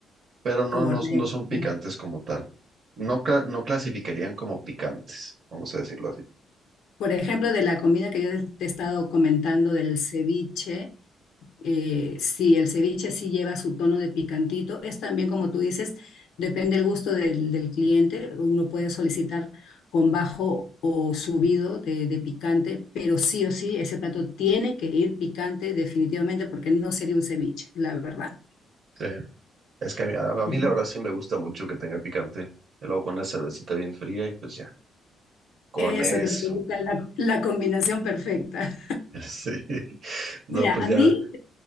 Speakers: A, on the right; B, on the left.
A: pero no,
B: Correcto.
A: no, no son picantes como tal. No, ca- no clasificarían como picantes, vamos a decirlo así.
B: Por ejemplo, de la comida que yo te he estado comentando del ceviche, eh, sí, el ceviche sí lleva su tono de picantito. Es también, como tú dices, depende el gusto del, del cliente. Uno puede solicitar con bajo o subido de, de picante, pero sí o sí, ese plato tiene que ir picante definitivamente porque no sería un ceviche, la verdad.
A: Sí. Es que a mí, a- a mí
B: Ujú.
A: la verdad sí me gusta mucho que tenga picante. Y luego con una cervecita bien fría y pues ya, con
B: Eso
A: eso.
B: creo que busca la, la combinación perfecta.
A: <laughs> Sí.
B: <laughs>
A: No,
B: Mira,
A: pues
B: a
A: ya,
B: mí,